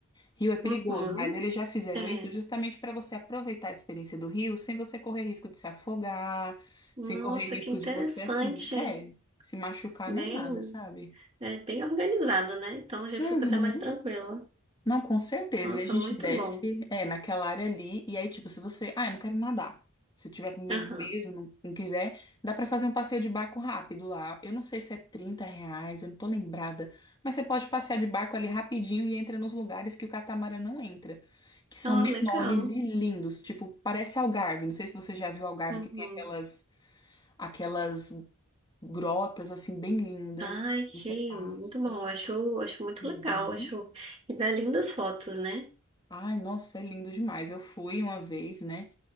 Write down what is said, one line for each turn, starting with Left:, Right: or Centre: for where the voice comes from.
Left: rio é perigoso,
Right: Uhum,
Left: mas eles já fizeram
Right: é.
Left: isso justamente para você aproveitar a experiência do rio sem você correr risco de se afogar,
Right: Nossa,
Left: sem correr risco
Right: que interessante.
Left: de você, assim, é, se machucar
Right: Bem,
Left: nem nada, sabe?
Right: é, bem organizado, né? Então já
Left: Uhum.
Right: fico até mais tranquila.
Left: Não, com certeza.
Right: Nossa,
Left: E a gente
Right: muito
Left: desce,
Right: bom.
Left: é, naquela área ali. E aí, tipo, se você. Ah, eu não quero nadar. Se tiver com medo
Right: Aham.
Left: mesmo, não, não quiser, dá pra fazer um passeio de barco rápido lá. Eu não sei se é 30 reais, eu não tô lembrada. Mas você pode passear de barco ali rapidinho e entra nos lugares que o catamarã não entra, que são
Right: Ah,
Left: menores
Right: legal.
Left: e lindos. Tipo, parece Algarve. Não sei se você já viu Algarve,
Right: Uhum.
Left: que tem aquelas, aquelas grotas, assim, bem lindas.
Right: Ai, que
Left: que Você passa.
Right: muito bom. Acho, acho muito
Left: Uhum.
Right: legal. Acho... E dá lindas fotos, né?
Left: Ai, nossa, é lindo demais. Eu fui uma vez, né?